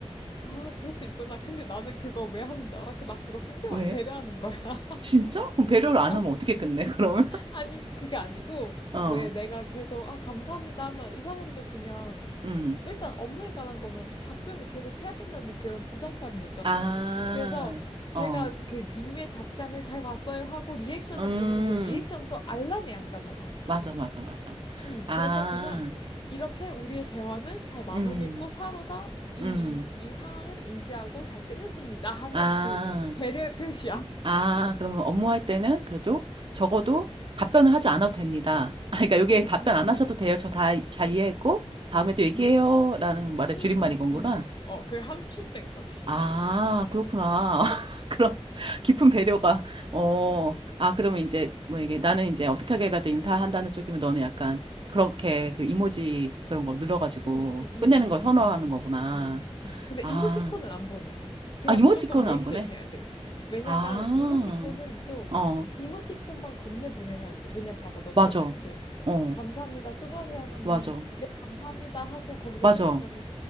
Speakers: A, on the left (about 45°); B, on the right (about 45°).
A: 아, 그럴 수 있구나. 근데 나는 그거 왜 하는 줄 알아? 그- 나 그거 상대방
B: 왜?
A: 배려하는 거야. <laughs>
B: 진짜? 그럼 배려를 안
A: 어,
B: 하면 어떻게 끝내? 그러면
A: 아니, 그게 아니고,
B: <laughs> 어,
A: 왜 내가 계속, 아, 감사합니다 하면 이 사람도 그냥,
B: 음,
A: 일단 업무에 관한 거면 답변을 계속 해야 된다는 그런 부담감이 오잖아.
B: 아,
A: 그래서 제가
B: 어,
A: 그 님의 답장을 잘 봤어요 하고 리액션을
B: 음,
A: 보는데 리액션도 알람이 안 가잖아.
B: 맞아, 맞아, 맞아,
A: 음,
B: 아,
A: 그래서 그냥 이렇게 우리의 대화는 잘 마무리했고
B: 음,
A: 서로다 이,
B: 음,
A: 이 상황을 인지하고 잘 끝냈습니다 하는
B: 아.
A: 그 배려의 표시야.
B: 아, 그러면 업무할 때는 그래도 적어도 답변을 하지 않아도 됩니다. 아, 그러니까 여기에
A: 응,
B: 답변
A: 응,
B: 안
A: 응.
B: 하셔도 돼요. 저 다, 잘 이해했고, 다음에 또 얘기해요.
A: 응,
B: 라는 말의
A: 응,
B: 줄임말인
A: 응,
B: 건구나.
A: 응. 어, 그게 함축된 거지.
B: 아, 그렇구나. <laughs> 그런 깊은 배려가, 어, 아, 그러면 이제, 뭐 이게 나는 이제 어색하게라도 인사한다는 쪽이면 너는 약간 그렇게 그 이모지 그런 거 눌러가지고
A: 응응응응응응응응.
B: 끝내는 걸 선호하는 거구나.
A: 근데
B: 아,
A: 이모티콘은 안 보내. 그냥
B: 아, 이모티콘은
A: 무조건 리액션이어야
B: 안 보내?
A: 돼. 왜냐면
B: 아,
A: 이모티콘은 또
B: 어,
A: 이모티콘만 겁내 보내서 있어. 왜냐 봐봐 너처럼
B: 맞아.
A: 이렇게
B: 어.
A: 감사합니다 수고하세요 하면은
B: 맞아.
A: 네 감사합니다 하고 거기서
B: 맞아.
A: 끝내면 돼.